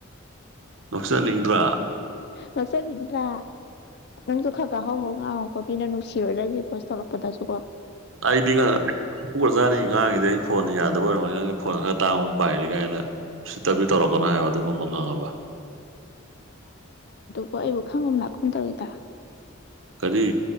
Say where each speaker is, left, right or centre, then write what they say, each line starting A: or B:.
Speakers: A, on the right (about 65°); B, on the left (about 55°).
A: ꯅꯣꯛꯆꯅꯤꯡꯗ꯭ꯔꯥ
B: ꯉꯥꯛꯆꯅꯤꯡꯗ꯭ꯔꯥ ꯅꯪꯁꯨ ꯈꯔ ꯀꯥꯍꯧꯍꯧ ꯉꯥꯡꯉꯨꯀꯣ ꯃꯤꯅ ꯅꯨꯡꯁꯤꯔꯣꯏ ꯅꯪꯒꯤ ꯚꯣꯏꯁ ꯊꯣꯛꯂꯛꯄꯗꯁꯨ ꯀꯣ
A: ꯑꯩꯗꯤ ꯍꯧꯒ꯭ꯔꯖꯥꯅꯤ ꯑꯩꯅ ꯉꯥꯡꯉꯤꯁꯤ ꯑꯩ ꯐꯣꯟꯅ ꯌꯥ ꯑꯗꯨ ꯑꯣꯏꯔꯝꯒꯅꯤ ꯅꯪꯒꯤ ꯐꯣꯟ ꯈꯔ ꯇꯥꯡꯕ ꯑꯃ ꯄꯥꯏꯔꯦꯒꯥꯏꯅ ꯎꯁꯤꯠꯇꯕꯗꯤ ꯇꯧꯔꯛꯀꯅꯣ ꯍꯥꯏꯕ ꯑꯗꯨꯒꯨꯝꯕ ꯈꯪꯉꯕ꯫
B: ꯄꯣ ꯑꯩꯕꯨ ꯈꯪꯒꯨꯝ ꯂꯥꯛꯀꯨꯝ ꯇꯧꯋꯤꯗ꯫
A: ꯀꯔꯤ꯫